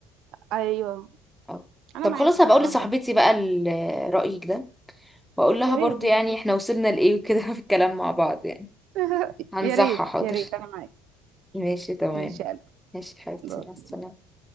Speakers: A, on the right; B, in the centre.
A: ايوه
B: أو-
A: انا
B: طب
A: معاكي
B: خلاص
A: في
B: هبقى
A: الحوار
B: اقول لصاحبتي
A: ده
B: بقى ال- رايك ده واقول لها
A: يا
B: برضو
A: ريت تنصحيها
B: يعني احنا وصلنا لايه وكده <laughs> في الكلام مع بعض يعني
A: <laughs>
B: هنصحها
A: يا ريت
B: حاضر
A: يا ريت انا معاكي
B: ماشي تمام
A: ماشي يا
B: ماشي حبيبتي
A: قلبي
B: مع السلامه